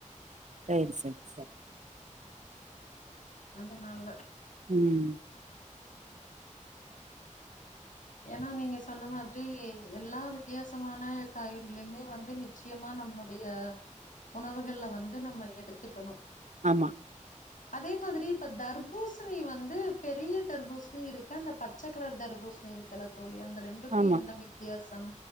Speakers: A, on the right; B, on the left.
A: சேரி செர் செர்
B: அதனால
A: உம்
B: ஏன்னா நீங்க சொன்ன மாதிரி எல்லா வித்தியாசமான காய்கறிகளையுமே வந்து நிச்சியமா நம்மளுடைய உணவுகள்ல வந்து நம்ம எடுத்துக்கணு
A: ஆமா
B: அதே மாதிரி இப்ப தர்பூசணி வந்து பெரிய தர்பூசணி இருக்கு அந்த பச்ச கலர் தர்பூஸ் ணி இருக்குல்ல தோழி அந்த ரெண்டுக்கு
A: ஆமா
B: என்ன வித்தியாசம்